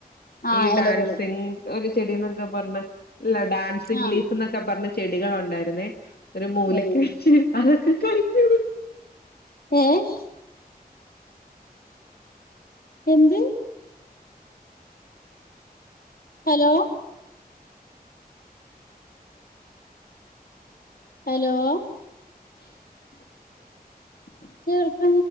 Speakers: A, on the left (about 70°); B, on the left (about 80°).
A: ആഹ്
B: ഈ ഡാൻസിങ്ങും
A: ഇലകള്
B: ഒരു ചെടീന്നൊക്കെ പറഞ്ഞ - ഇല്ല ഡാൻസ് ഇംഗ്ലീഷ്ന്നൊക്കെ
A: ആഹ്
B: പറഞ്ഞ് ചെടികൾ ഉണ്ടായിരുന്നേ ഒരു മൂലക്കെ
A: ഏഹ്
B: വെച്ച് <unintelligible> <unintelligible> <inaudible>
A: ഏ <inaudible> എന്ത് ഹലോ <inaudible> ഹലോ <inaudible>
B: <unintelligible>
A: കേൾക്ക